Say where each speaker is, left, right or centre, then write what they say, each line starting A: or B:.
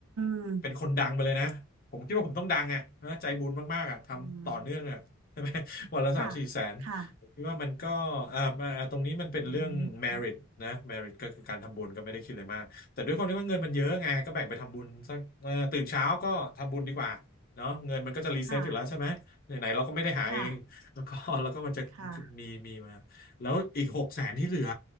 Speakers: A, on the right; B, on the left.
A: ม
B: เป็นคนดังไปเลยนะผมคิดว่าผมต้องดังอ่ะเออใจบุญมากๆอ่ะทำต่อเนื่องอ่ะใช่ไหม
A: อืม
B: <laughs> วันละสามสี่แสน
A: ค่ะค่ะ
B: ผมคิดว่ามันก็อ่าอ่าอ่าตรงนี้มันเป็นเรื่อง
A: อื
B: merit
A: ม
B: นะ merit ก็คือการทำบุญก็ไม่ได้คิดอะไรมากแต่ด้วยความที่ว่าเงินมันเยอะไงก็แบ่งไปทำบุญสักเอ่อตื่นเช้าก็ทำบุญดีกว่าเนาะเงินมันก็จะรีเซ็ตอยู่แล้วใช่ไหมไหนๆเราก็ไม่ได้หาเองแล้วก็แล้วก็มันจะ
A: ค่ะค่ะค่ะ
B: มีมีมาแล้วอีกหกแสนที่เหลือ